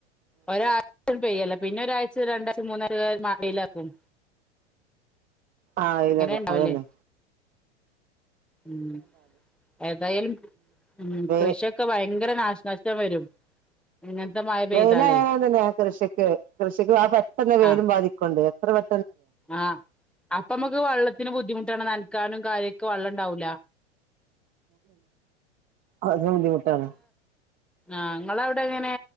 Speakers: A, in the centre; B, on the right (about 25°).
A: ഒരാഴ്ച പെയ്യല്ല പിന്നെ ഒരാഴ്ച രണ്ടാഴ്ച മൂന്നായി വയിലകും.
B: ആഹ് ഇതല്ല
A: ഇണ്ടാവല്ലേ
B: അതല്ലെ.
A: ഉം ഏതായാലും ഉം
B: വെ
A: കൃഷിയൊക്കെ വ ഭയങ്കര നാശനഷ്ടം വരും. ഇങ്ങനത്തെ മഴ പെയ്താലേ
B: വെലായന തന്നെ കൃഷിക്ക് കൃഷിക്ക് ആ പെട്ടെന്ന് വെയിലും
A: ആഹ്
B: ബാധിക്കണ്ട് എത്ര പെ
A: ആഹ് അപ്പൊ നമ്മുക്ക് വെള്ളത്തിന് ബുദ്ധിമുട്ടാണ് നനക്കാനും കാര്യൊക്കെ വെള്ളം ഇണ്ടാവൂല.
B: അതന്നെ വലിയ മുട്ടാണ്.
A: ആ നിങ്ങള അവിടെ എങ്ങനെ